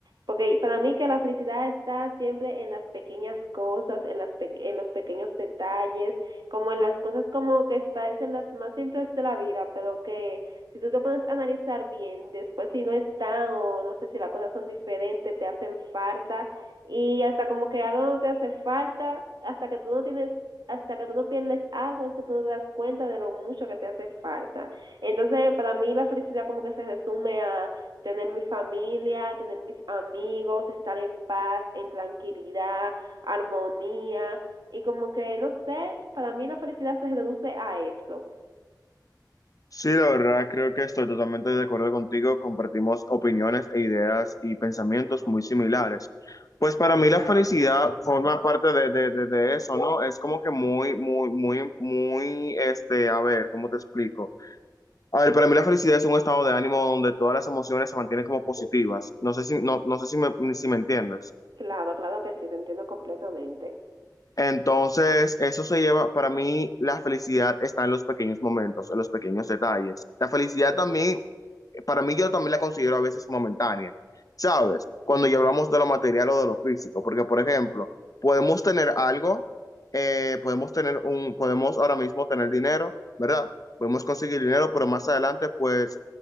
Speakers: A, on the right (about 75°); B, on the left (about 50°).
A: Porque para mí que la felicidad está siempre en las pequeñas cosas, en, las pe- en los pequeños detalles, como en las cosas como que parecen las más simples de la vida, pero que si tú te puedes analizar bien, después si no están o no sé si las cosas son diferentes, te hacen falta y hasta como que algo no te hace falta, hasta que tú no tienes hasta que tú no pierdes algo, es que tú no te das cuenta de lo mucho que te hace falta. Entonces, para mí la felicidad como que se resume a tener mi familia, tener mis amigos, estar en paz, en tranquilidad, armonía y como que, no sé, para mí la felicidad se reduce a eso.
B: Sí, la verdad, creo que estoy totalmente de acuerdo contigo. Compartimos opiniones e ideas y pensamientos muy similares. Pues para mí la felicidad forma parte de, de, de, de eso, ¿no? Es como que muy, muy, muy, muy, este, a ver, ¿cómo te explico? A ver, para mí la felicidad es un estado de ánimo donde todas las emociones se mantienen como positivas. No sé si, no, no sé si me, si me entiendes.
A: Claro, claro que sí, te entiendo completamente.
B: Entonces, eso se lleva, para mí, la felicidad está en los pequeños momentos, en los pequeños detalles. La felicidad también para mí yo también la considero a veces momentánea, ¿sabes? Cuando ya hablamos de lo material o de lo físico, porque por ejemplo, podemos tener algo, eh, podemos tener un, podemos ahora mismo tener dinero, ¿verdad? Podemos conseguir dinero, pero más adelante, pues,